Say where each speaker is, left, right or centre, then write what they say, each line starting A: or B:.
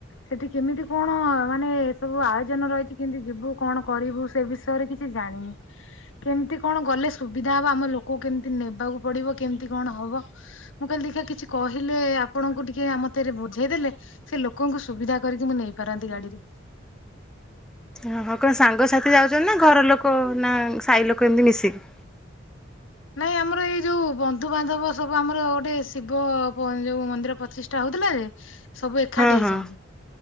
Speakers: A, on the left (about 80°); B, in the centre.
A: ସେଠି କେମିତି କଣ ମାନେ ଏସବୁ ଆୟୋଜନ ରହିଛି କେମତି ଯିବୁ କଣ କରିବୁ ସେ ବିଷୟରେ କିଛି ଜାଣିନି କେମତି କଣ ଗଲେ ସୁବିଧା ହବ ଆମ ଲୋକକୁ କେମିତି ନେବାକୁ ପଡିବ। କେମିତି କଣ ହବ ମୁଁ କାଲି ଦେଖା କିଛି କହିଲେ ଆପଣଙ୍କୁ ଟିକେ ଆମତରେ ବୁଝେଇ ଦେଲେ ସେ ଲୋକଙ୍କୁ ସୁବିଧା କରିତି ମୁଁ ନେଇପାରନ୍ତି ଗାଡିରେ
B: ଓ ହଁ କଣ ସାଙ୍ଗସାଥି ଯାଉଚନ୍ତି ନା ଘର ଲୋକ ନା ସାହି ଲୋକ ଏମିତି ମିଶିକି
A: ନାଇଁ ଆମର ଏଇ ଯୋଉ ବନ୍ଧୁବାନ୍ଧବ ସବୁ ଆମର ଗୋଟେ ଶିବ ପ ଯୋଉ ମନ୍ଦିର ପ୍ରତିଷ୍ଠା ହବ। ଥିଲେ ସବୁ ଏକାଠି
B: ହଁ
A: ହେଇଚନ୍ତି
B: ହଁ